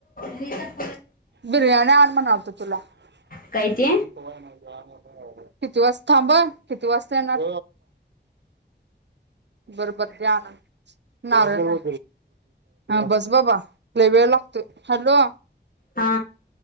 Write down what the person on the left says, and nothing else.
ठी कत
काय ते
हा.